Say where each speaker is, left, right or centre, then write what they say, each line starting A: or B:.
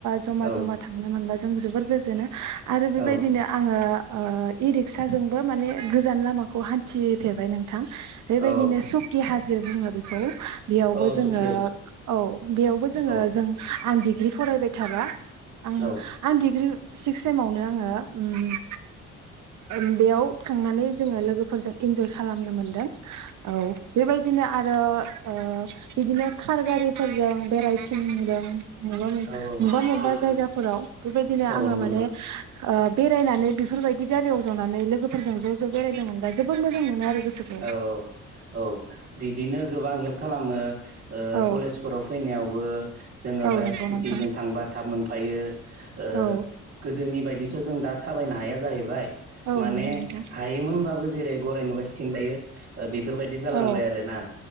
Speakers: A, on the right; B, on the right.
A: जमा
B: औ
A: जमा थांनो मोनब्लाा जों जोबोर गोजोनो। आरो बेबायदिनो
B: औ
A: आङो ओ इ रिक्साजोंबो माने गोजान लामाखौ हान्थिफेरबाय नों थां बेबायदिनो
B: औ
A: शकि हाजो बुङो बेखौ बेयावबो
B: औ
A: जोङो
B: सुखिया
A: औ बेयावबो
B: औ
A: जोङो जों आं डिग्रि फरायबाय थाबा आं
B: औ
A: आं डिग्रि सिक्स सेमावनो आङो उम उह बेयाव थांनानै जोङो लोगोफोरजों इन्जय खालामनो मोनदों। औ बेबायदिनो आरो ओ बिदिनो कार गारिफोरजों बेरायथिंदों मबेबाबा मबेबा
B: औ औ
A: मबेबा जायगाफोराव बेबायदिनो आङो
B: औ नंगौ
A: माने
B: नोंथां
A: ओ बेरायनानै बेफोरबायदि गारियाव जावनानै लोगोफोरजों ज' ज' बेरायदों मोनबा जोबोद मोजां मोनो आरो गोसोखौ
B: औ औ औ बिदिनो गोबां हेल्प खालामो ओ
A: औ
B: कलेजफोराव फैनो नायावबो जोङो
A: औ
B: बाइक
A: नंगौ
B: स्कुटिजों
A: नोंथां
B: थांबा थाब मोनफायो ओ
A: औ
B: गोदोनि बायदिसो जों दा थाबायनो हाया जाहैबाय
A: औ
B: माने
A: नंगौ नोंथां
B: हायोमोनबाबो जेरै गराय नुबा सिं बायो ओ बेफोरबायदि जालांबाय
A: औ
B: आरो ना।